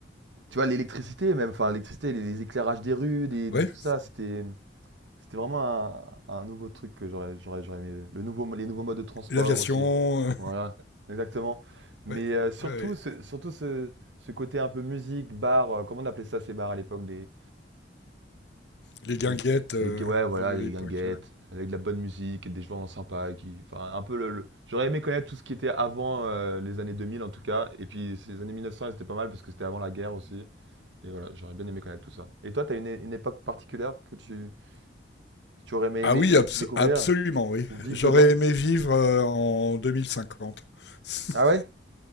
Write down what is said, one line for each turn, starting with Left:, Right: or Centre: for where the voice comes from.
Right: Tu vois, l'électricité même, enfin l'électricité, les, les éclairages des rues, des, des-
Left: Ouais,
Right: tout ça, c'était c'était vraiment un, un nouveau truc que j'aurais j'aurais j'aurais aimé. Le nouveau, mo- les nouveaux modes de transport
Left: l'aviation.
Right: aussi.
Left: euh,
Right: Voilà, exactement.
Left: <laughs>
Right: Mais
Left: ouais,
Right: euh, surtout,
Left: ouais, ouais.
Right: ce, surtout ce, ce côté un peu musique, bar, euh, comment on appelait ça ces bars à l'époque, des,
Left: les guinguettes
Right: Des,
Left: euh,
Right: des gu- ouais, voilà,
Left: de l'époque.
Right: des guinguettes,
Left: euh.
Right: avec de la bonne musique, des gens sympas. Qui, enfin, un peu le, le- J'aurais aimé connaître tout ce qui était avant euh, les années 2000 en tout cas. Et puis ces années 1900, elles étaient pas mal parce que c'était avant la guerre aussi. Et voilà, j'aurais bien aimé connaître tout ça. Et toi, t'as une, é- une époque particulière que tu, que tu aurais aimé,
Left: Ah
Right: aimé
Left: oui,
Right: Ah que-
Left: abs-
Right: oui, découvrir
Left: absolument, oui.
Right: ou vivre
Left: J'aurais
Right: dedans?
Left: aimé vivre euh, en 2050. <laughs>
Right: Ah ouais?